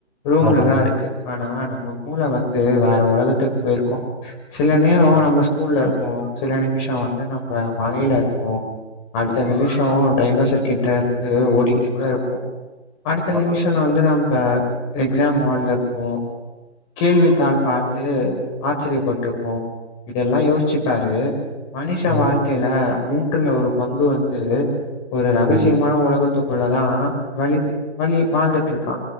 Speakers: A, on the left; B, in the centre.
A: ரூம்ல
B: ஆமா
A: தா இருக்கு ஆனா நம்ம மூள வந்து வேற உலகத்துக்கு போயிருக்கும் சில
B: ஆமா
A: நேரோ நம்மள ஸ்கூல்ல இருப்போ சில நிமிஷோ வந்து நம்ம மலையில இருப்போ அடுத்த
B: ம்
A: நிமிஷோ டைனோசர் கிட்ட இருந்து ஓடிக்கிட்டு கூட இருப்போம் அடுத்த
B: நண்பா
A: நிமிஷோ நா வந்து நம்ப எக்ஸாம் ஹால்ல இருப்போம் கேள்வித் தாள் பாத்து ஆச்சரியப்பட்டுருப்போம் இதெல்லாம் யோச்சுப் பாரு மனிஷ
B: ம்
A: வாழ்க்கையில மூன்றுல ஒரு பங்கு வந்து ஒரு ரகசியமான
B: ம்
A: உலகத்துக்குள்ள தான் வலி வலி வாழ்ந்துட்டு இருக்கா